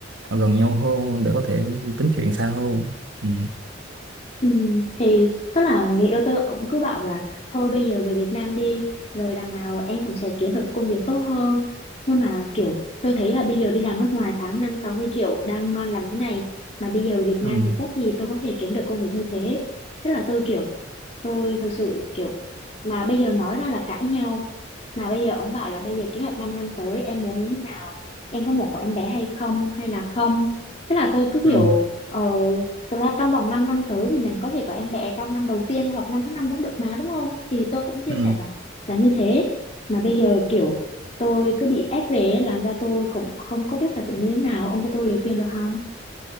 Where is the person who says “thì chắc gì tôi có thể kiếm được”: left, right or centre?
Left